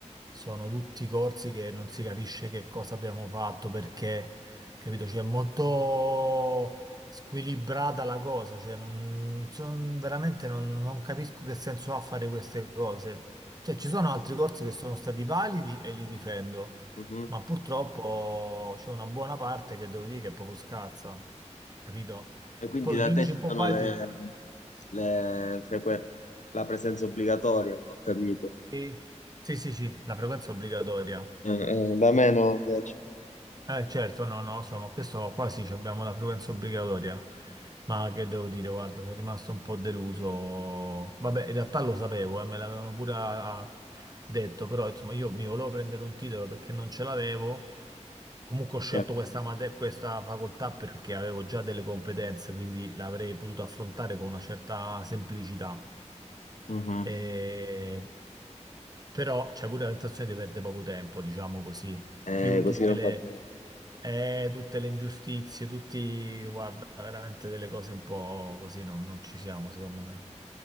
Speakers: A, on the right (about 30°); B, on the left (about 80°).
A: sono tutti corsi che non si capisce che cosa abbiamo fatto, perché, capito? Cioè, è molto squilibrata la cosa, cioè, non, son- veramente non, non capisco che senso ha fare queste cose. Cioè, ci sono altri corsi che sono stati validi e li difendo.
B: Mhm.
A: Ma purtroppo c'è una buona parte che devo dire che è proprio scarsa, capito?
B: E quindi
A: Poi
B: da
A: gli unici
B: te ci
A: un po'
B: sono
A: validi,
B: le, le frequen- la presenza obbligatoria, ho capito.
A: sì, sì, sì, sì, la frequenza è obbligatoria.
B: Eh, eh, da me no, invece.
A: Eh, certo, no, no, insomma, questo qua sì, ci abbiamo la frequenza obbligatoria, ma che devo dire, guarda, sono rimasto un po' deluso. Vabbè, in realtà lo sapevo, eh, me l'avevano pure ah, detto, però insomma io mi volevo prendere un titolo perché non ce l'avevo. Comunque ho scelto
B: Certo.
A: questa, mate- questa facoltà perché avevo già delle competenze, quindi l'avrei potuto affrontare con una certa semplicità.
B: Mhm.
A: E... Però c'è pure la tentazione di perdere poco tempo, diciamo così
B: Eh,
A: più
B: così
A: tutte
B: non
A: le,
B: va bene.
A: eh, tutte le ingiustizie, tutti, guarda, veramente delle cose un po' così, no, non ci siamo, secondo me.